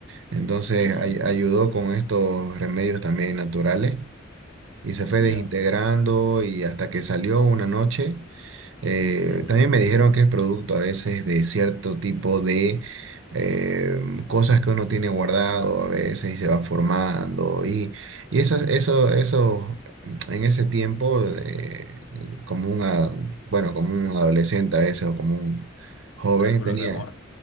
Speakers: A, on the right (about 65°); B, on the left (about 75°).
A: Entonces
B: Ujú.
A: ay- ayudó con estos remedios también naturales y se fue
B: Ya.
A: desintegrando y hasta que salió una noche. Eh,
B: Ujú.
A: también me dijeron que es producto a veces de cierto tipo de eh, cosas que uno tiene guardado a veces y se van formando y, y esas, eso, eso en ese tiempo eh, como una, bueno, como un adolescente a veces o como un joven
B: Cálculos
A: tenía.
B: de amor.